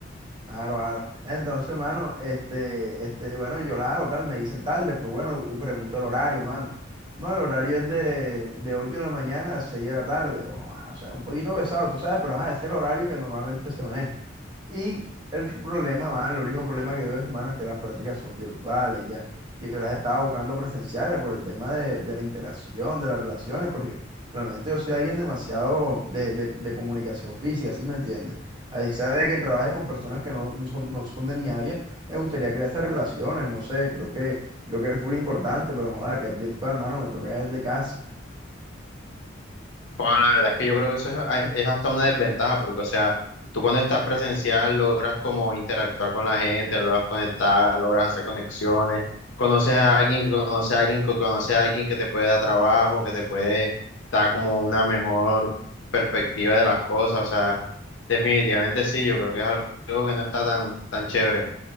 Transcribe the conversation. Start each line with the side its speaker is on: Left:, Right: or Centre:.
Right: Claro, claro. Entonces, mano, este, este, bueno, yo la hago tal, me dicen tal, después, bueno, pregunto el horario, mano. No, el horario es de, de 8 de la mañana a 6 de la tarde. Ojo, ah, O, sea, un poquito pesado, tú sabes, pero ajá, ese es el horario que normalmente se maneja. Y el problema, mano, el único problema que yo veo, mano, es que las prácticas son virtuales ya. Y yo las estaba buscando presenciales por el tema de, de la interacción, de las relaciones, porque realmente yo soy alguien demasiado de, de de comunicación física, ¿sí me entiendes? A Isa de que trabaje con personas que no no son, no son de mi área, me gustaría crear esas relaciones, no sé, creo que, creo que fue lo importante, pero joda, que es virtual, mano, me toca desde casa.
Left: Bueno, la verdad es que yo creo que eso es, es hasta una desventaja, porque, o sea, tú cuando estás presencial logras como interactuar con la gente, logras conectar, logras hacer conexiones, conoces a alguien que conoce a alguien que conoce a alguien que te puede dar trabajo, que te puede dar como una mejor perspectiva de las cosas, o sea, definitivamente sí, yo creo que es algo que no está tan, tan chévere.